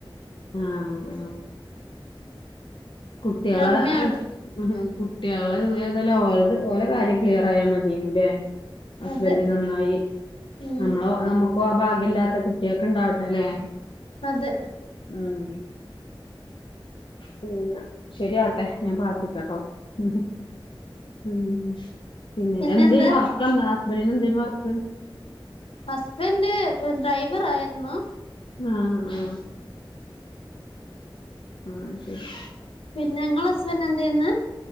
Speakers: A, on the left (about 65°); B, on the left (about 85°).
A: ആ ഉം കുട്യാളെ
B: പിന്നെ അമ്മയാണ്
A: <unintelligible> കു കുട്യള് ഏതെല്ലാം ഓൽത് ഓലെ കാര്യം ക്ലിയറായാ മതേനുലെ ഹസ്ബൻ്റ്
B: അതെ
A: നന്നായി
B: ഉം
A: നമ്മളോ നമുക്കോ ആ ഭാ ല്ലാത്തെ കുട്യേക്ക് ഇണ്ടാവട്ടെലേ
B: അതെ
A: ഉം പിന്നെ ശരിയാവട്ടെ ഞാൻ പ്രാർത്ഥിക്കാട്ടോ ഉം ഉം ഉം പിന്നെ
B: പിന്നെന്താ
A: എന്തേനു വർക്കെന്താ ഐന് എന്തേനു വർക്ക്
B: ഹസ്ബൻ്റ് ഡ്രൈവറായ്രുന്നു
A: ആ ആ അ ശെരി
B: പിന്നെ ഇങ്ങളെ ഹസ്ബന്റ് എന്തയ്ന്നെ